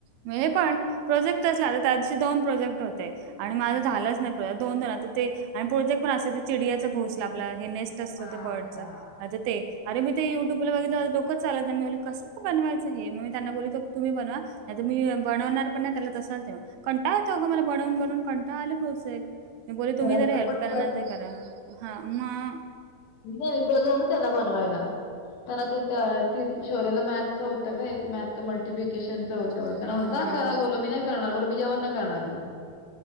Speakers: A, on the right; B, on the left.
A: पण हे पण प्रोजेक्ट तसला तर त्या दिवशी दोन प्रोजेक्ट होते. आणि माझं झालंच नाही दोन दोन तर ते आणि पुढत एक पण अस चिडियाचा घोसला आपला हे नेस असत
B: बाबा.
A: बर्डच ते अे मी ते युट्यूब ला बघितल डोकच चालत नाही कस बनवायचं हे मग मी त्यांना बोलितो तुम्ही बनवा नाही म् बनवणार पण नाही त्याला तसंच ठ कंटाळा येतो अगं मला बनवून बनवून कंटाळा आला प्रोसेक्ट. मी बोले तुम्ही
B: घरातलं
A: ज हेल्प
B: पण
A: करा ना ते करा. हा मग?
B: नाही प्रोजान त्यांना बनवायला. त्यां ते शौरयला मॅथचं होतं का एक मॅथच मॅच मल्टिप्लिकेशन होत.
A: होतं
B: त्यां करा बोल मी नाही करणार बोल मी जेव्न नाही करणार मग.